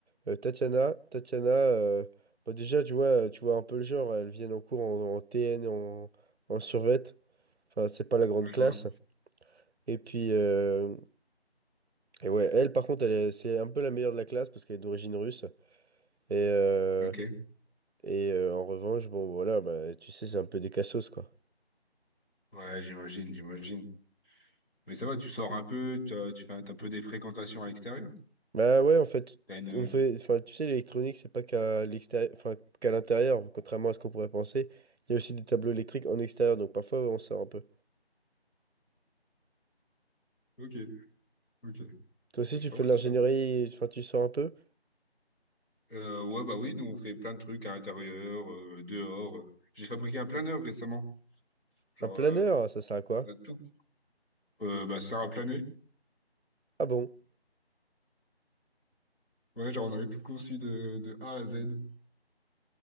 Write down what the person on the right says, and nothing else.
euh, Tatiana. Tatiana, euh, bah, déjà, tu vois, euh, tu vois un peu le genre. Elles viennent en cours en, en TN, en, en survêt. Enfin, c'est pas la grande
classe.
Et puis, euh, et ouais, elle, par contre, elle, est- c'est un peu la meilleure de la classe parce qu'elle est d'origine russe. Et, euh,
et euh, en revanche, bon, voilà, bah, tu sais, c'est un peu des cassos, quoi.
Bah ouais, en fait,
on fait, enfin, tu sais, l'électronique, c'est pas qu'à l'extérieur, enfin, qu'à l'intérieur, contrairement à ce qu'on pourrait penser. Il y a aussi des tableaux électriques en extérieur, donc parfois, on sort un peu.
Toi aussi,
tu
fais
de l'ingénierie,
enfin, tu sors un peu.
Un planeur,
ça sert à quoi?
Ah bon?